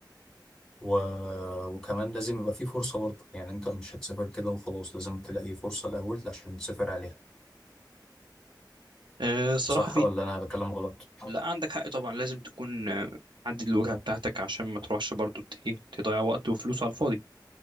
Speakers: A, in the centre; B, on the right.
A: و... وكمان لازم يبقى فيه فرصة برضو يعني أنت مش هتسافر كده وخلاص لازم تلاقي فرصة الأول عشان تسافر عليها
B: أه الصراحه
A: صح
B: في
A: ولا أنا بكلم غلط؟
B: لا عندك حق طبعا لازم تكون آه، محدد الوجهه بتاعتك عشان ما تروحش برضو ت- ايه تضيع وقت وفلوس على الفاضي